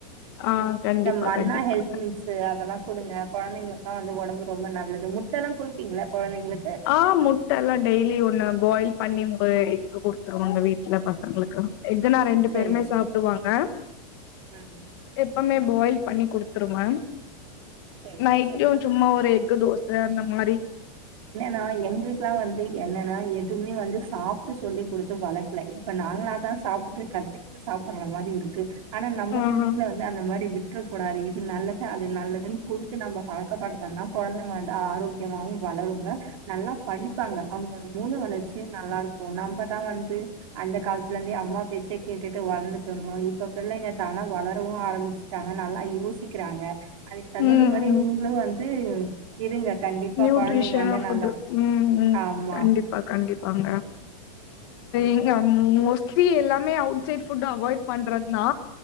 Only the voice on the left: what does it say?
ஆ கண்டிப்பா
கண்டிப்பாங்க
ஆ முட்டல்லா டெய்லி ஒன்னு பாயில் பண்ணி உங்க இங்க குடுத்துருவங்க வீட் இல்ல பசங்களுக்கு எக்குனா ரெண்டு
பேருமே சாப்டுவாங்க
எப்பமே பாயில் பண்ணி குடுத் துருவே
நைட்டும்
சும்மா ஒரு எக்கு தோச அந்த மாரி
ஆஹா
ம் ம்
நியூட்ரிஷன்
ஃபுட்டு
ம் ம்
கண்டிப்பா கண்டிப்பா பாங்க எங்க மோஸ்லி எல்லாமே அவுட் சைய்டு அவாய்ட் பண்றதா